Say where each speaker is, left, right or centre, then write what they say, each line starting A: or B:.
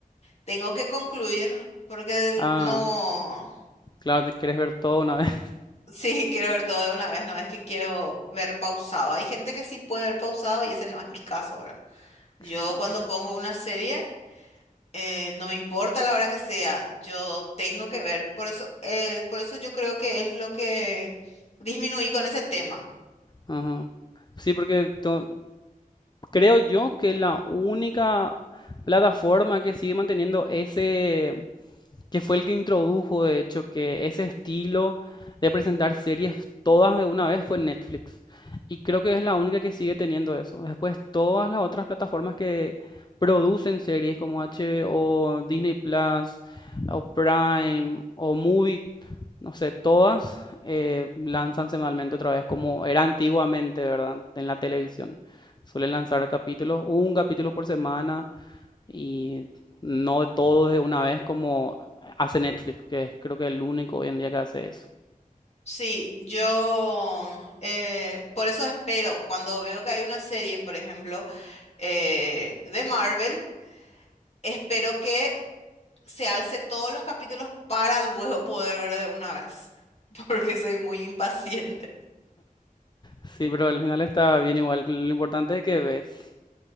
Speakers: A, on the left; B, on the left.
A: Tengo que concluir porque
B: Ah,
A: no...
B: claro, te quieres ver todo una vez.
A: Sí, <laughs> quiero ver todo de una vez, no es que quiero ver pausado. Hay gente que sí puede ver pausado y ese no es mi caso, ¿verdad? Yo
B: <laughs>
A: cuando pongo una serie, eh, no me importa la hora que sea, yo tengo que ver. Por eso, eh, por eso yo creo que es lo que disminuí con ese tema
B: Ajá. Sí, porque to- creo yo que la única plataforma que sigue manteniendo ese, que fue el que introdujo, de hecho, que ese estilo de presentar series todas de una vez fue Netflix. Y creo que es la única que sigue teniendo eso. Después, todas las otras plataformas que producen series como HBO, Disney Plus, o Prime, o Movie, no sé, todas eh, lanzan semanalmente otra vez, como era antiguamente, ¿verdad? En la televisión. Suelen lanzar capítulos, un capítulo por semana, y no todo de una vez como hace Netflix, que es creo que el único hoy en día que hace eso.
A: Sí, yo eh, por eso espero, cuando veo que hay una serie, por ejemplo, eh, de Marvel, espero que se alce todos los capítulos para luego poder ver de una vez, <laughs> porque soy muy impaciente.
B: Sí, pero al final está bien igual. Lo importante es que ves.